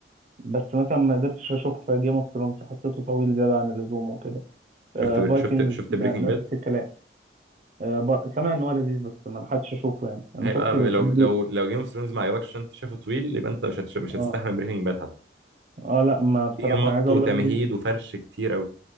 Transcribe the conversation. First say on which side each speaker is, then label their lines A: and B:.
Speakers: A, on the right; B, on the right.
A: بس مثلا ما قدرتش اشوف جيم اوف ثرونز حسيته طويل زياده عن اللزوم وكده
B: شفت
A: فايكنجز
B: شفت شفت
A: نفس
B: بريكنج باد
A: الكلام آه، بر- سامع ان هو لذيذ بس ما لحقتش اشوفه يعني انا
B: هيبقى
A: شفت بري
B: لو لو لو جيم اوف ثرونز ما عجبكش عشان انت شايفه طويل يبقى انت مش هتش- مش هتستحمل
A: اه
B: بريكنج باد حتى
A: اه لا ما بصراحه
B: في مط
A: عايز اقول
B: وتمهيد
A: لك بري...
B: وفرش كتير قوي